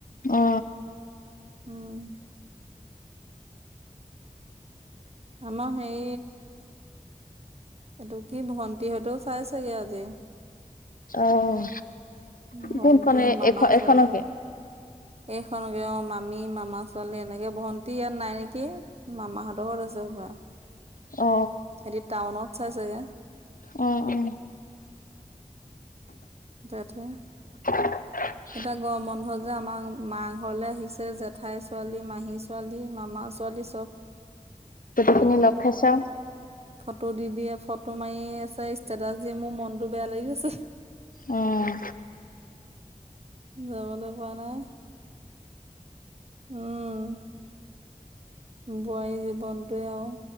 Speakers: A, on the left; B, on the right.
A: অ
B: উম' আম সেই এইটো কি ভণ্টি হতেও চাইচেগে আজি।
A: অহ
B: ভন্টি
A: কোনখন এ
B: মামা
A: এখনকে?
B: ছোৱালীহঁত এইখনকে অহ' মামী, মামা ছোৱালী, এনেকে ভণ্টি ইয়াত নাই নেকি। মামাহঁতৰ ঘৰত আছে হপায়।
A: অ
B: সেতি টাউনত চাইছে গে
A: অ অ
B: তাতে
A: <unintelligible>
B: এতিয়া গৰম বন্ধ যে আমাৰ মা ঘৰলে আহিছে জেঠাই ছোৱালী মাহী ছোৱালী মামা ছোৱালী চব
A: আপুনি লগ খাই চা
B: ফটো দি দিয়ে ফটো মাৰি আছে ষ্টেটাচ দি মোৰ মনতটো বেয়া লাগি গৈছে
A: উম
B: যাবলে পোৱা নাই উম বোৱাৰী জীৱনটোৱে আউ